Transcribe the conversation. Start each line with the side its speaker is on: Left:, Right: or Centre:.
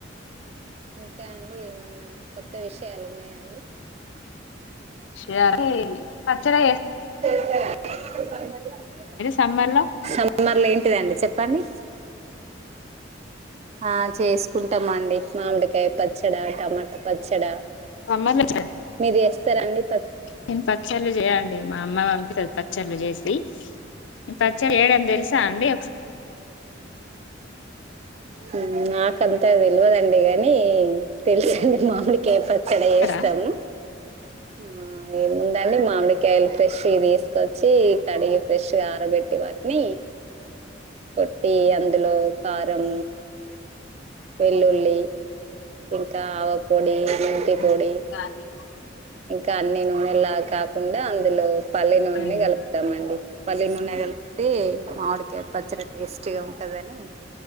Right: ఇంకా అండి ఏమన్నా కొత్త విషయాలు ఉన్నాయండి.
Left: విషయాలే పచ్చడ చేస్
Right: <unintelligible>
Left: సమ్మర్ లో
Right: సమ్మర్ లో ఏంటిదండి సేప్ పని ఆ చేసుకుంటాం అండి. మామిడికాయ పచ్చడ, టమాటా పచ్చడ.
Left: మా అమ్మామ్ ఇచార్
Right: మీరు చేస్తారాఅండి
Left: నేను పచ్చళ్లు చేయా అండి. మా అమ్మ పంపింది పచ్చళ్ళు చేసి. పచ్చడ చేయడం తెలుసా అండి. ఓక్
Right: హ్ నాకంతా తెలువదండి కానీ తెలుసండి మామిడికాయ ప చ్చడ
Left: చెప్తారా
Right: చేస్తం. ఆ ఏముందండి మామిడికాయలు ఫ్రెష్వి తీసుకొచ్చి కడిగి ఫ్రెష్గా ఆరబెట్టి వాటిని కొట్టి అందులో కారం వెళ్లుల్లి ఇంకా ఆవ పొడి, మెంతి పొడి
Left: ఇంకా నీళ్లు
Right: ఇంకా అన్ని నూనెళ్ళ కాకుండా అందులో పల్లి నూనెనే
Left: అవునండి
Right: కలుపుతమండి. పల్లి నూనె కలిపితే మావిడికాయలు. పచ్చడా టేస్ట్ గా ఉంటదని